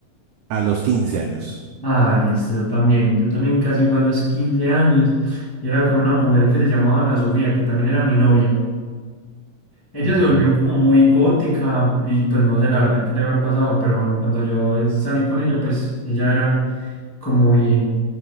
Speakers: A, on the right; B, on the left.
A: A los 15 años.
B: Ah, listo, yo también. Yo también casi fue a los 15 años y era con una mujer que se llamaba Ana Sofía, que también era mi novia. Ella
A: Ujú.
B: se volvió como muy gótica y pues no sé la verdad qué le habrá pasado, pero bueno, cuando yo eh, salí con ella, pues ella era como bien.